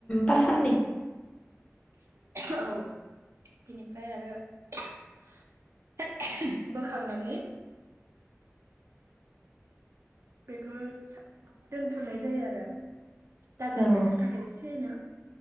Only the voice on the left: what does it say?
बा साननै
औ